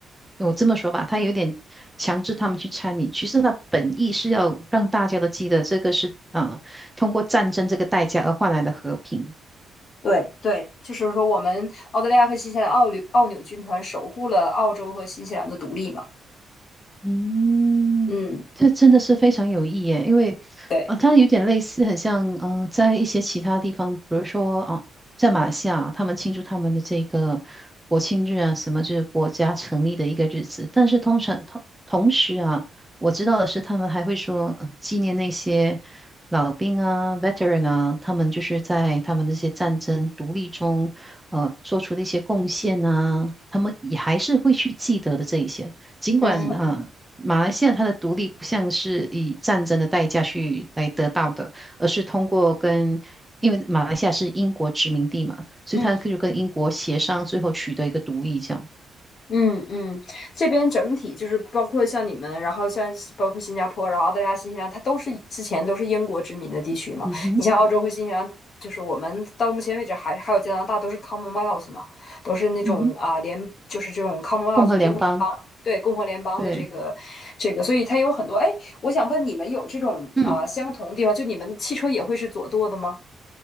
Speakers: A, in the centre; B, on the left.
A: 我这么说吧，他有点强制他们去参与。其实他本意是要让大家都记得这个是啊、呃通过战争这个代价而换来的和平。
B: 对，对，就是说我们澳大利亚和新西兰澳纽澳纽军团守护了澳洲和新西兰的独立嘛。
A: 嗯，
B: 嗯，
A: 这真的是非常有意义耶因为，
B: 对，
A: 呃，它有点类似，很像，嗯，在一些其他地方，比如说，啊、在马来西亚他们庆祝他们的这个国庆日啊，什么就是国家成立的一个日子，但是通常同同时啊，我知道的是，他们还会说，呃纪念那些老兵啊、veteran 啊，他们就是在他们这些战争独立中，呃，做出的一些贡献啊，他们也还是会去记得的这一些。尽管啊、
B: 嗯
A: 呃马来西亚它的独立不像是以战争的代价去来得到的，而是通过跟，因为马来西亚是英国殖民地嘛，所以它就跟英国协商，
B: 嗯。
A: 最后取得一个独立，这样。
B: 嗯嗯，这边整体就是包括像你们，然后像包括新加坡，然后澳大利亚、新西兰，它都是之前都是英国殖民的地区嘛。
A: 嗯哼，
B: 你像澳洲和新西兰，就是我们到目前为止还还有加拿大都是 Commonwealth 嘛，都是那种啊联，
A: 嗯哼，
B: 就是这种 Commonwealth
A: 共和联邦，
B: 英联邦，对，共和联邦的这个这个，
A: 对，
B: 所以它有很多。哎，我想问你们有这种啊、
A: 嗯
B: 相同的地方，就你们的汽车也会是左舵的吗？